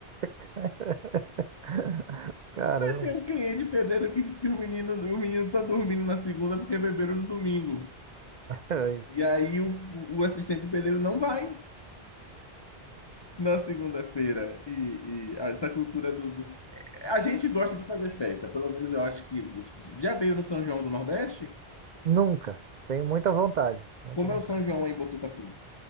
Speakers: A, on the right (about 55°); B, on the left (about 40°).
A: <laughs> Caramba.
B: Tem um cliente pedreiro que diz que o menino, o menino tá dormindo na segunda porque beberam no domingo.
A: Ai.
B: E aí o, o assistente pedreiro não vai. na segunda-feira e, e essa cultura do, do- A gente gosta de fazer festa, pelo menos eu acho que. dos- Já veio no São João do Nordeste?
A: Nunca. Tenho muita vontade, muita
B: Como
A: vontade.
B: é o São João em Botucatu?